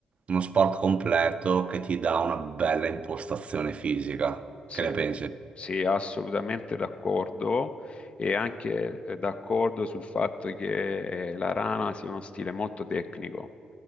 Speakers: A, on the right; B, on the left.
A: uno sport completo che ti dà una bella impostazione fisica.
B: sì.
A: Che ne pensi?
B: Sì, assolutamente d'accordo e anche eh, d'accordo sul fatto che eh, la rana sia uno stile molto tecnico